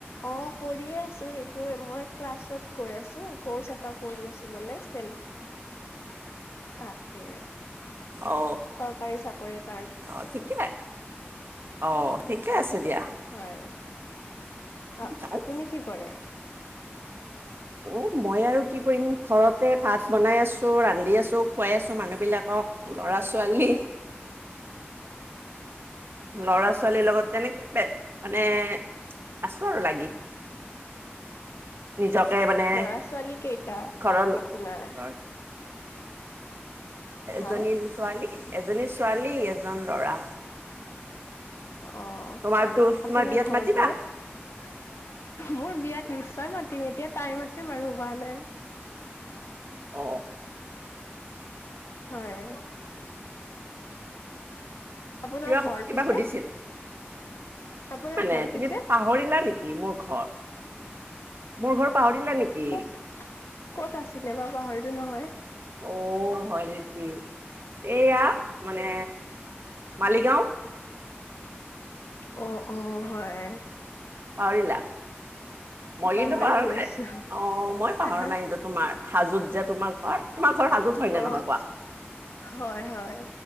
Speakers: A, on the left; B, on the right.
A: অ কৰিয়ে আছো সেইটো মই ক্লাছত গৈ আছো কৰ্চ এটা কৰি আছো মানে ্ৰাফ তাকে
B: অ
A: চৰকাৰী চাকৰিত <inaudible>
B: অ ঠিকে অ ঠিকে আছে দিয়া
A: হয় আ
B: যাওঁ
A: আপুনি কি কৰে
B: অ মই আৰু কি কৰিম ঘৰতে ভাত বনাই আছো ৰান্ধি আছো খুৱাই আছো মানুহ বিলাকক লৰা ছোৱালী
A: ভ <inaudible>
B: ল'ৰা ছোৱালীৰ লগত তেনেকুৱ মানে আছো আৰু লাগি নিজকে মানে
A: ল'ৰা ছোৱালী কেইটা
B: ঘৰৰ
A: আপোনাৰ
B: জ
A: হা
B: ধ্বনিিল ছোৱালী এজনী ছোৱালী এজন লৰা
A: অ অ
B: তোমাৰতো
A: আপোনাৰ
B: তোমাৰ বিয়াত
A: ঘৰ
B: মাতিবা
A: কত মোৰ বিয়াত নিশ্চয় মাত এতিয়া টাইম আছে বাৰু হোৱা নাই
B: অ
A: হয় আপোনাৰ
B: কিবা
A: ঘৰ
B: কিবা
A: পিছে
B: সুধিছিল
A: আপোনাৰ
B: মানে
A: ঘৰ
B: তুমি
A: পিছে
B: পাহৰিলা নেকি মোৰ ঘৰ মোৰ ঘৰ পাহৰিলা নেকি
A: কত কত আছিলে বা পাহৰিতটো নহয়
B: অ হয় নেকি এইয়া মানে মালিগাঁও
A: অ অ হয়
B: পাহৰিলা মই
A: পাহৰি
B: কিন্তু পাহৰা
A: গৈছো
B: নাই অ মই পাহাৰ
A: হয়।
B: নাই কিন্তু তোমাৰ হাজোত যে তোমাৰ ঘৰ তোমাৰ ঘৰ সাজুত হয়
A: অ',
B: ন নহয় কোৱা
A: হয় হয়